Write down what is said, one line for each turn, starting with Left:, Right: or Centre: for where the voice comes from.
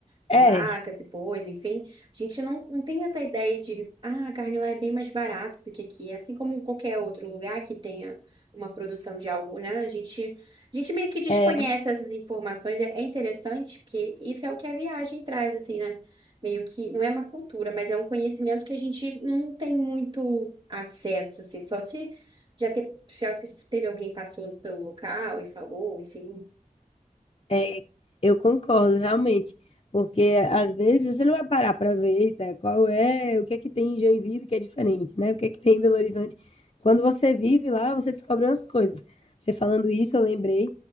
Right: de
Left: é,
Right: vacas e bois, enfim, a gente não, não tem essa ideia de, ah, a carne lá é bem mais barata do que aqui, assim como qualquer outro lugar que tenha uma produção de algo, né? A gente, a gente meio que desconhece
Left: é.
Right: essas informações, é, é interessante, porque isso é o que a viagem traz, assim, né? Meio que, não é uma cultura, mas é um conhecimento que a gente não tem muito acesso, assim, só se já, te, já te- teve alguém passou pelo local e falou, enfim,
Left: É, eu concordo, realmente. Porque às vezes você não vai parar para ver, eita, qual é, o que é que tem em Joinville que é diferente, né? O que é que tem em Belo Horizonte? Quando você vive lá, você descobre umas coisas. Você falando isso, eu lembrei